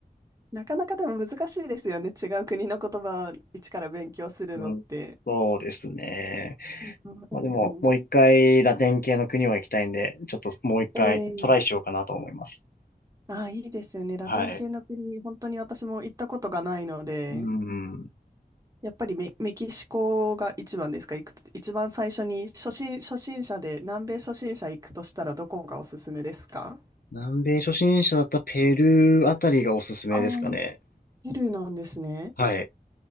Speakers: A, on the right; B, on the left.
A: なかなかでも難しいですよね。違う国の言葉を一から勉強するのって。
B: うん、そうですね。
A: うんうんうん
B: まあでも、もう一回ラテン系の国は行きたいんで、ちょっともう一回トライしようかなと思います。
A: ええああ、いいですよね。ラテン系の国、
B: はい。
A: 本当に私も行ったことがないので、
B: うん。
A: やっぱりメ、メキシコが一番ですか、行く、一番最初に初心、初心者で、南米初心者行くとしたらどこがおすすめですか
B: 南米初心者だったペルーあたりがおすすめですかね。
A: ああー、ペルーなんですね。
B: はい。